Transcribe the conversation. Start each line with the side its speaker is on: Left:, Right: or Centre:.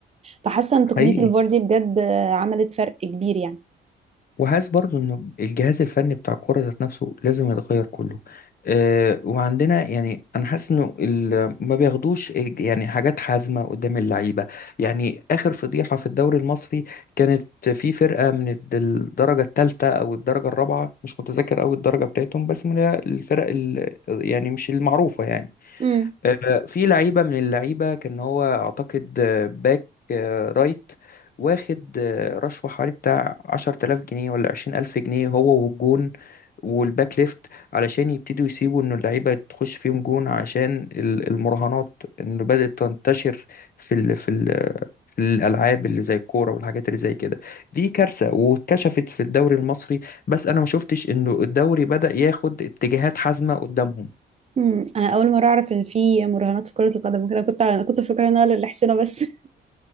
Right: فحاسه ان
Left: حقيقي
Right: تقنيه الفار دي بجد عملت فرق كبير يعني
Left: وحاسس برضو ان الجهاز الفني بتاع الكوره ذات نفسه لازم يتغير كله أه وعندنا يعني انا حاسس انه ال- ما بياخدوش إج- يعني حاجات حازمه قدام اللعيبه يعني اخر فضيحه في الدوري المصري كانت في فرقه من الد- الدرجه الثالثه او الدرجه الرابعه مش متذكر أوي الدرجه بتاعتهم بس من الفرق ال- يعني مش المعروفه يعني
Right: امم
Left: آه، في لعيبة من اللعيبة كان هو أعتقد آه، باك آه، رايت واخد آه، رشوة حوالي بتاع عشرة آلاف جنيه ولا عشرين ألف جنيه هو والجون والباك ليفت علشان يبتدوا يسيبوا إن اللعيبة تخش فيهم جون عشان ال- المراهنات إنه بدأت تنتشر في ال في ال في الألعاب اللي زي الكورة والحاجات اللي زي كده دي كارثة واتكشفت في الدوري المصري بس أنا ما شفتش إنه الدوري بدأ ياخد اتجاهات حازمة قدامهم
Right: امم انا اول مره اعرف ان في مراهنات في كره القدم كده كنت انا كنت فاكره انها للحسنه بس <laughs>